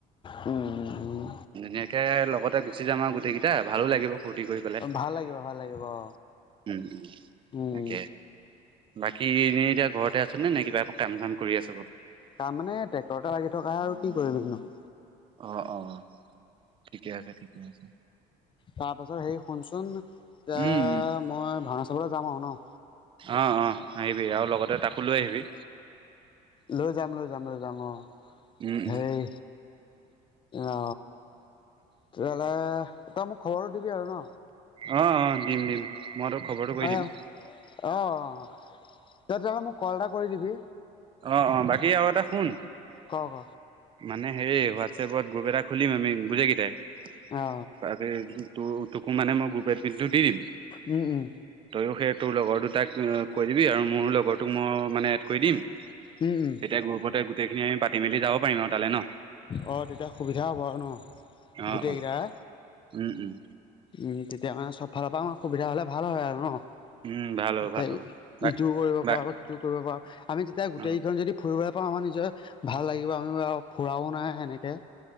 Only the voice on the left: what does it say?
উ
উম ভাল লাগিব ভাল লাগিব অ
উম
তাৰমানে ট্ৰেক্টৰতে লাগি থকাহে আৰু কি কৰে <unintelligible>
তাৰ পাছত হেৰি শুনচোন, এ
মই ভওনা চাবলে যাম আৰু ন?
লৈ যাম লৈ যাম লৈ যাম অ'।
হেই, অ'। তেতিয়াহ'লে তই মোক খবৰটো দিবি আৰু ন?
হয়
অ' অ' তই তেতিয়াহলে মোক কল এটা কৰি দিবি।
ক ক
অ
উম উম।
উম উম
অ তেতিয়া সুবিধা হ'ব আৰু ন গোটেইকেইটাৰ
উম তেতিয়া মানে চব ফালৰ পৰা আমাৰ সুবিধা হ'লে ভাল হয় আৰু ন?
এতিয়া
ইটোও কৰিব
পাৰ বা সিটোও কৰিব পাৰ। আমি তেতিয়া গোটেইকখন
যদি ফুৰিবলৈ পাওঁ আমাৰ নিজৰ ভাল লাগিব আমি ফুৰাও নাই এনেকে।